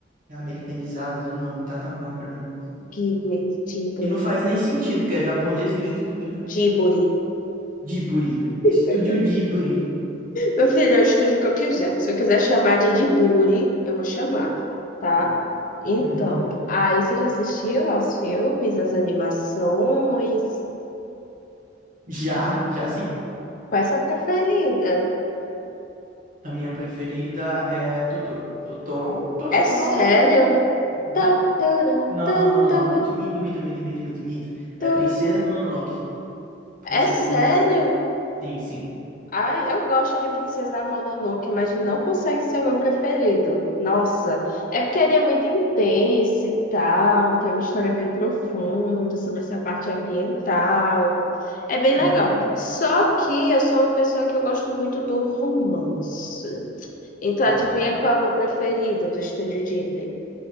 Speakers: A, on the right (about 50°); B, on the left (about 45°).
A: É americanizada do nome, tá normal pra mim.
B: Ghibli, Ghibli,
A: E não faz nem sentido, porque é japonês o estúdio, né?
B: Ghibli.
A: Djiburi,
B: <laughs>
A: Estúdio Djiburi.
B: Meu filho, eu estudo o que eu quiser. Se eu quiser chamar de Djiburi, eu vou chamar, tá? Então,
A: Uhum.
B: aí você já assistiu aos filmes, às animações?
A: Já, já sim.
B: Qual é a sua preferida?
A: A minha preferida é Totoro. Totoro. Totoro.
B: É sério?
A: Uhum.
B: Tá, tá, tá,
A: Não,
B: tá,
A: não, não, não,
B: tá,
A: não. Mito, mito, mito, mito, mito, mito, mito. É
B: tá.
A: Princesa Mononoke. Princesa
B: É sério?
A: Mononoke. Sim, sim.
B: Ai, eu gosto de Princesa Mononoke, mas não consegue ser o meu preferido. Nossa, é porque ele é muito intenso e tal, tem uma história bem profunda sobre essa parte ambiental. É bem legal.
A: Uhum.
B: Só que eu sou uma pessoa que eu gosto muito do romance. Então,
A: Ah,
B: adivinha qual é o meu preferido do Estúdio Ghibli?